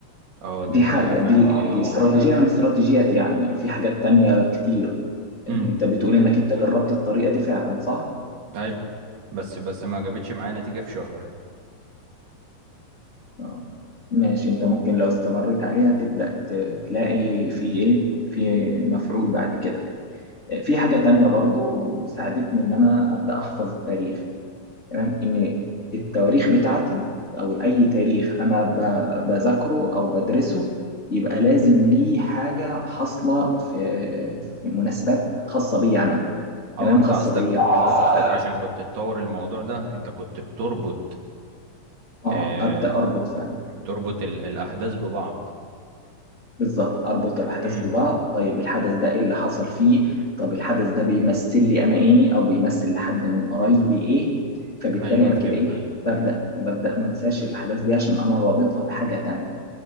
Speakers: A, on the right (about 85°); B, on the left (about 20°).
A: اه دي
B: دي
A: حقيقة
B: حاجه
A: فعلا
B: دي, دي استراتيجيه من الاستراتيجيات يعني يعني في حاجات تانية كتير
A: امم
B: انت بتقول انك انت جربت الطريقه دي فعلا صح؟
A: ايوه بس بس ما جابتش معايا نتيجة في شهر
B: آه. ماشي انت ممكن لو استمريت عليها تبدأ ت- تلاقي في ايه في مفعول بعد كده يعني آه، في حاجة تانية برضو ساعدتني ان انا أبدأ احفظ التاريخ تمام ان التواريخ بتاعتي او اي تاريخ انا ب- بذاكره او بدرسه يبقى لازم
A: مم.
B: ليه حاجة حاصلة في في مناسبات خاصة بيا انا
A: اه
B: تمام
A: انت
B: خاصة
A: قصدك
B: بيا خاصة
A: انت قصدك عشان كنت تطور الموضوع ده انت كنت بتربط
B: اه
A: آه
B: أبدأ اربط فعلا
A: بتربط ال... الاحداث ببعض
B: بالظبط اربط الاحداث
A: امم
B: ببعض طيب الحدث ده ايه اللي حصل فيه طب الحدث ده بيمثل لي انا ايه او بيمثل لحد من قرايبي ايه فبالتالي
A: ايوه
B: انا
A: فهمت
B: كده ايه ببدا ببدا ما انساش الاحداث دي عشان انا رابطها بحاجه تانية